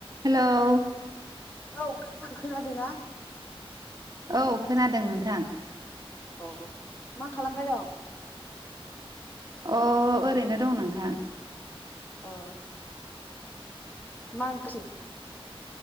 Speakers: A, on the right (about 40°); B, on the left (about 15°).
A: हेलौ
B: औ नोंथां खोनादोंना?
A: औ खोनादों नोंथां,
B: औ औ मा खालामबाय दं,
A: अ ओरैनो दं नोंथां
B: अ मा ओंख्रि?